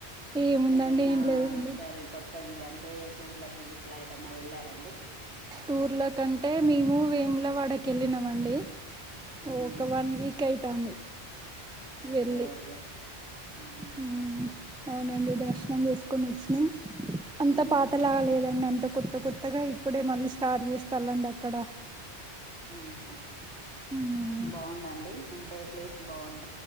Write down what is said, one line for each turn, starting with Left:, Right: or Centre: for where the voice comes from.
Centre: ఏముందండి
Right: ఏమైనా
Centre: ఏం లేదండి
Right: ఇరుసారి కొత్ త్తవి అంటే టూర్లకి గిట్లా ఏటన్నా వెళ్ళారా అండి
Centre: టూర్ల కంటే మేము వేములా వాడకి వెళ్ళినామండి
Right: మ్మ్
Centre: ఒక వన్ వీ క్కైతాంది
Right: ఓకే
Centre: వెళ్ళి
Right: ఓకే అవునా
Centre: ఊ అవునండి దర్శనం చేసుకుని వచ్చినాం అంత
Right: మ్మ్
Centre: పాతలాగా లేదండి అంతా కొత్త కొ త్తగా ఇప్పుడే మళ్ళీ స్టార్ట్ చేస్తాల్లండి అక్కడ
Right: ఆహా
Centre: మ్మ్
Right: బావుందండి అంటే ప్లేస్ బావున్